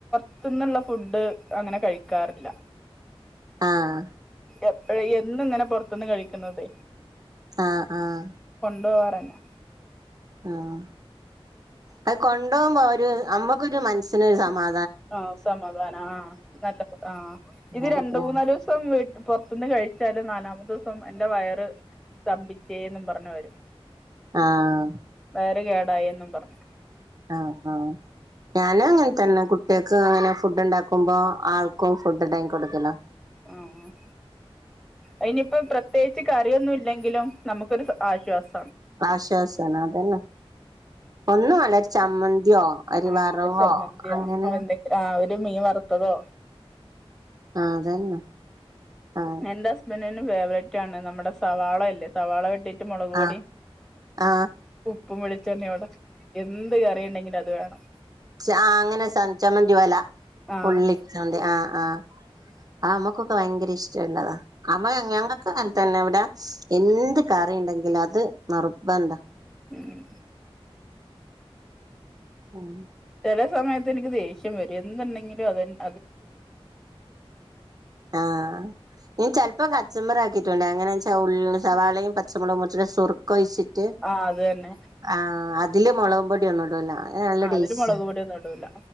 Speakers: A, in the centre; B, on the right (about 40°).
A: ത്തുന്നുള്ള ഫുഡ് അങ്ങനെ കഴിക്കാറില്ല
B: ആഹ്
A: എപ്പ എന്നും ഇങ്ങനെ പൊറത്തുന്ന് കഴിക്കുന്നത്
B: ആഹ് ആഹ്.
A: ഡോറെന്നാ
B: ആഹ് അത് കൊണ്ടോമ്പോ ഒരു അ മ്മക്കൊരു മനസ്സിനൊരു സമാ
A: ആഹ് സമാധാനാ ആ നല്ല ആ ഇത്
B: അതെ
A: രണ്ട്, മൂന്നാലൂസം വീട്ട് പൊറത്തുന്ന് കഴിച്ചാലും നാലാമത്തൂസം എന്റെ വയറ് സ്തംഭിച്ചേന്നും പർഞ്ഞ് വരും.
B: ആഹ്
A: വയറ് കേടായെന്നും പർഞ്ഞ്.
B: ആഹ് ആഹ്. ഞാനും അങ്ങൻ തന്നെ കുട്ടിയേക്ക് അങ്ങനെ ഫുഡ്ണ്ടാക്കുമ്പോ ആൾക്കും ഫുഡ് ഇണ്ടാക്കി കൊട്ക്കല്ലാ.
A: ആഹ് ആഹ് അയ്നിപ്പം പ്രത്യേകിച്ച് കറിയൊന്നും ഇല്ലെങ്കിലും നമുക്കൊരു ആശ്വാസ
B: ആശ്വാസാണ്. അതന്നെ ഒന്നും വേണ്ട ഒര് ചമ്മന്തി യോ ഒര്
A: ആഹ്
B: വറവോ
A: ഒരു ചമ്മന്തിയോ
B: അങ്ങനെ
A: എന്തെങ്കിലും ആഹ് ഒരു മീൻ വറുത്തതോ
B: ആഹ് അതന്നെ. ആഹ്
A: എന്റെ ഹസ്ബന്റിന്റെ ഫേവറൈറ്റ് ആണ് നമ്മുടെ സവാളല്ലേ സവാള വെട്ടി മൊളക് പൊടിം
B: ആഹ് ആഹ്
A: ഉപ്പും വെളിച്ചെണ്ണി ഓടെ എന്ത് കറിണ്ടെങ്കിലും അത് വേണം.
B: ച അങ്ങനെ ച ചമ്മന്തി പോലാ
A: ആഹ്
B: ഉള്ളി ചമ്മന്തി ആഹ് ആഹ്. ആ മ്മക്കൊക്കെ ഭയങ്കര ഇഷ്ടള്ളതാ ആ മ്മ ഞങ്ങക്ക് ന തന്നെ ഇവടെ എന്ത് കറിണ്ടെങ്കിലും അത് നിർബന്ധാ.
A: ഉം
B: ഉം
A: ചെല സമയത്ത് എനിക്ക് ദേഷ്യം വരും എന്തുണ്ടെങ്കിലും അതന്നെ
B: ആ ഈ ചെലപ്പം കച്ചമ്പറ് ആക്കിട്ടുണ്ട് എങ്ങനാച്ച ഉള്ള സവാളയും പച്ചമുളകും മുറിച്ചിട്ട് സുർക്ക ഒഴിച്ചിട്ട് ട്ട്
A: ആഹ് അത് തന്നെ
B: ആ അതില് മുളക്പൊടി ഒന്നും ഇടൂല നല്ല
A: ആഹ്
B: ടേസ്റ്റാ
A: അതില് മുളക് പൊടിയൊന്നും ഇടൂല